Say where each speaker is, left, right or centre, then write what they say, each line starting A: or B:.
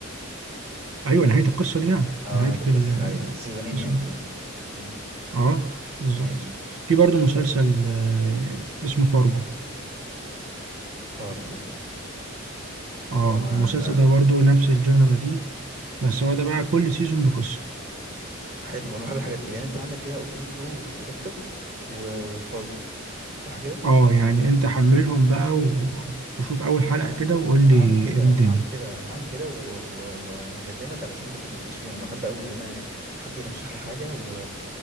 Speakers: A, on the right; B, on the right.
A: أيوة نهاية القصة دي يعني
B: اه
A: نهاية
B: نهايه القصه
A: ال
B: ايوه سيزونين
A: القصة
B: يعني
A: دي.
B: دول امم
A: اه بالظبط
B: ماشي
A: في برضه مسلسل آه، اسمه فارجو
B: بارجو
A: اه
B: لا ما
A: المسلسل
B: لا
A: ده برضه نفس الجانرا دي بس هو ده بقى كل سيزون بقصة
B: حلو انا بحب الحاجات دي يعني انت عندك كده قلت لي ترو ديتكتيف وفارجو صح كده
A: اه يعني انت حملهم بقى و... وشوف أول حلقة
B: ما انا
A: كده وقول
B: ما انا
A: لي
B: هعمل كده
A: إيه الدنيا
B: انا هعمل كده انا هعمل كده و- و- وهكلمك علشان خاطر نتناقش فيهم انا بحب قوي ان انا حد يرشح لي حاجه و...